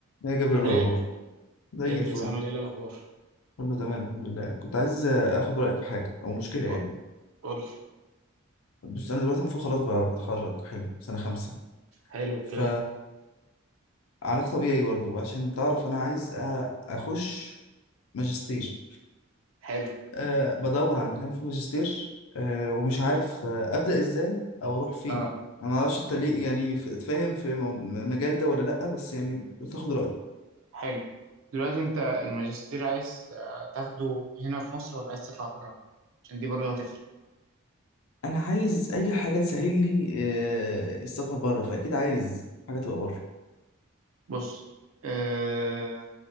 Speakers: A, on the left; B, on the right.
A: يا جبل
B: عامل
A: الأخبار
B: ايه
A: زي
B: ايه يا ابليس
A: الفل
B: عامل ايه الاخبار
A: كله تمام الحمد لله كنت عايز آخد رأيك في حاجة أو مشكلة
B: قو-
A: يعني
B: قول
A: بص أنا دلوقتي المفروض خلاص ب- بتخرج حلو سنة خمسة
B: حلو الكلام
A: ف علاج طبيعي برضه عشان تعرف أنا عايز أ- أخش ماجستير
B: حلو
A: أه بدور على مكان في ماجستير أه ومش عارف آه، أبدأ إزاي أو أروح فين
B: اه
A: أنا معرفش أنت ليه يعني ف- فاهم في مو- م- مجال ده ولا لأ بس يعني قلت آخد رأيك
B: حلو دلوقتي انت الماجستير عايز آه، تاخده هنا في مصر ولا عايز تطلع بره عشان دي برضه هتفرق
A: أنا عايز أي حاجة تسهل لي أه السفر بره فأكيد عايز حاجة تبقى بره
B: بص أه...